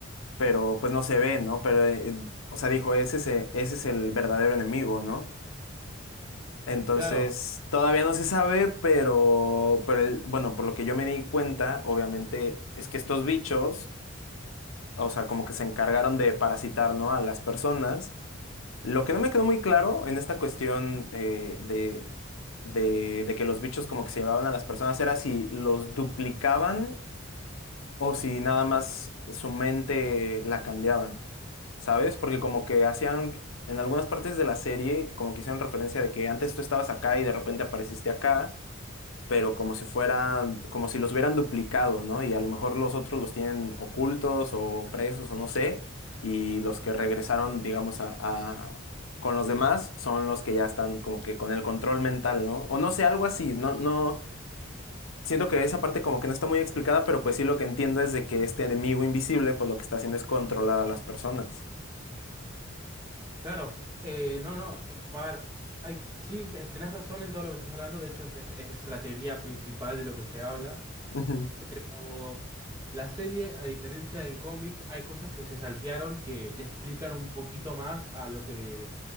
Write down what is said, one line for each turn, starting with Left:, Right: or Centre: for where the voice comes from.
Left: pero pues no se ve, ¿no? Pero, eh, o sea, dijo, ese es, e- ese es el verdadero enemigo, ¿no? Entonces,
Right: Claro,
Left: todavía no se sabe, pero, pero el- bueno, por lo que yo me di cuenta, obviamente, es que estos bichos, o sea, como que se encargaron de parasitar, ¿no? A las personas. Lo que no me quedó muy claro en esta cuestión eh, de, de, de que los bichos como que se llevaban a las personas era si los duplicaban o si nada más su mente la cambiaban, ¿sabes? Porque como que hacían, en algunas partes de la serie, como que hicieron referencia de que antes tú estabas acá y de repente apareciste acá pero como si fueran, como si los hubieran duplicado, ¿no? Y a lo mejor los otros los tienen ocultos o presos o no sé, y los que regresaron, digamos, a, a- con los demás son los que ya están como que con el control mental, ¿no? O no sé, algo así, no, no, siento que esa parte como que no está muy explicada, pero pues sí lo que entiendo es de que este enemigo invisible, pues lo que está haciendo es controlar a las personas.
Right: Claro, eh, no, no, eh, a ver, hay, sí, te- tenés razón en todo lo que estás hablando, de hecho es, es- es la teoría principal de lo que se habla,
Left: Ujú.
Right: pero la serie, a diferencia del cómic, hay cosas que se saltearon que te explican un poquito más a lo que